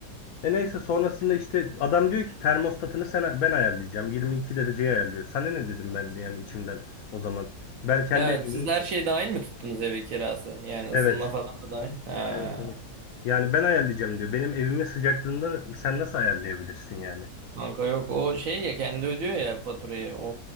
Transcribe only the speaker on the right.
Ya
siz her şey dahil mi tuttunuz eve kirası? Yani
ısınma falan da dahil. Ha.
Kanka yok o şey ya kendi ödüyor ya faturayı. O,